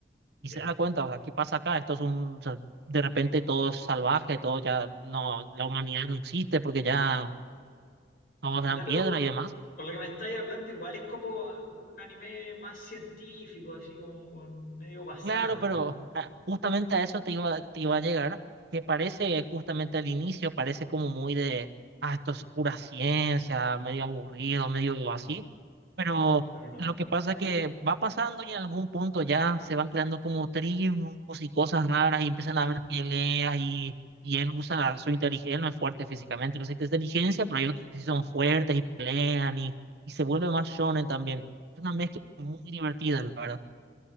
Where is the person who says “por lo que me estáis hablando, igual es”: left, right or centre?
Left